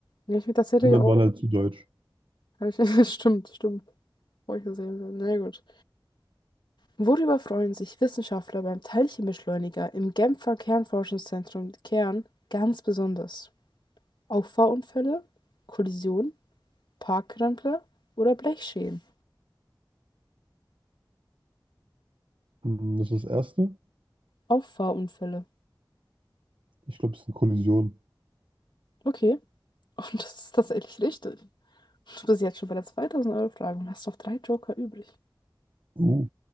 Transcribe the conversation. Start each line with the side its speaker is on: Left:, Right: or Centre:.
Left: Ja, ich bin tatsächlich
Right: Anderen
Left: auch.
Right: waren halt zu deutsch.
Left: Hab ich, <laughs> stimmt, stimmt. Feuchter See. Na gut. Worüber freuen sich Wissenschaftler beim Teilchenbeschleuniger im Genfer Kernforschungszentrum Kern ganz besonders? Auffahrunfälle, Kollisionen, Parkrempler oder Blechschäden?
Right: Mhm, Das ist das erste.
Left: Auffahrunfälle.
Right: Ich glaube, es ist eine Kollision.
Left: Okay, <laughs> und das ist tatsächlich richtig. Du bist jetzt schon bei der 2000-Euro-Frage und hast noch drei Joker übrig.
Right: Uh,